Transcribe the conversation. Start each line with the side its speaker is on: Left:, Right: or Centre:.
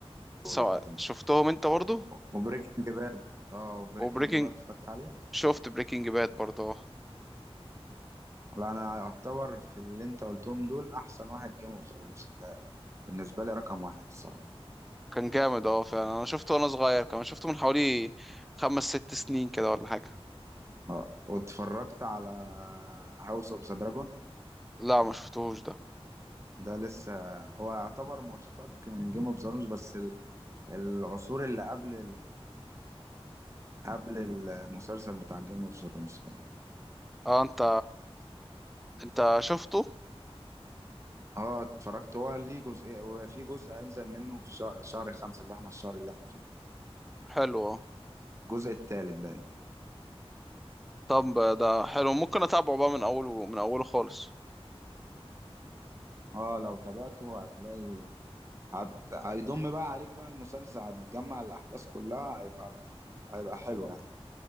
Right: دول
Centre: سواء
Right: يعتبر
Centre: شفتهم انت برضو
Right: وبريكنج باد اه وبريكنج
Centre: وبريكنج
Right: باد اتفرجت عليه؟
Centre: شفت بريكنج باد برضو اه
Right: لا أنا أعتبر في اللي أنت قلتهم دول أحسن واحد جيم اوف ثرونز ده بالنسبة لي رقم واحد الصراحة
Centre: كان جامد اه فعلا انا شفته وانا صغير كمان شفته من حوالي خمس ست سنين كده ولا حاجة
Right: اه واتفرجت على هاوس اوف ذا دراجون
Centre: لا ما شفتوش ده
Right: ده لسه هو يعتبر مشتق من جيم اوف ثرونز بس ال- العصور اللي قبل قبل المسلسل بتاع جيم اوف ثرونز ده
Centre: اه انت انت شفته
Right: اه اتفرجت هو ليه جزء وفي جزء هينزل منه في شهر, شهر خمسة اللي احنا الشهر اللي احنا فيه ده
Centre: حلو
Right: الجزء التالت بقى
Centre: طب ده حلو ممكن اتابعه بقى من اوله من اوله خالص
Right: اه لو تابعته هتلاقي هت... هيضم بقى عليك بقى المسلسل هتجمع الأحداث كلها هيبقى هيبقى حلو يعني